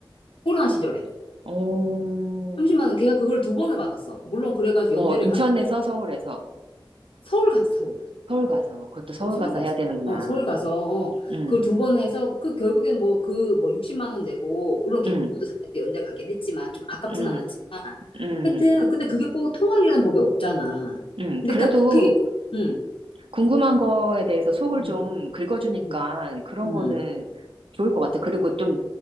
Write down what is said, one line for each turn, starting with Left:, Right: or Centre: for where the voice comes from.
Left: 코로나 시절에
Right: 어,
Left: 30만 원 걔가 그걸 두 번을 받았어. 물론 그래가지고
Right: 뭐,
Left: 연대를
Right: 인천에서
Left: 가게
Right: 서울에서,
Left: 서울 가지 서울.
Right: 서울 가서, 그것도 서울
Left: 어 서울
Right: 가서
Left: 가서
Right: 해야 되는구나.
Left: 어 서울 가서 어
Right: 응
Left: 그걸 두 번 해서 그 결국엔 뭐 그 뭐 60만 원 내고 물론 걔
Right: 응
Left: 공부도 잘해서 연대 가긴 했지만 좀 아깝진
Right: 응
Left: 않았지만
Right: 응
Left: 하여튼 근데 그게 꼭 통할이라는 법이 없잖아.
Right: 응
Left: 근데
Right: 그래도
Left: 그니까 그게 음.
Right: 궁금한 거에 대해서 속을
Left: 음.
Right: 좀 긁어주니까
Left: 음,
Right: 그런
Left: 음,
Right: 거는 좋을 것 같아. 그리고 좀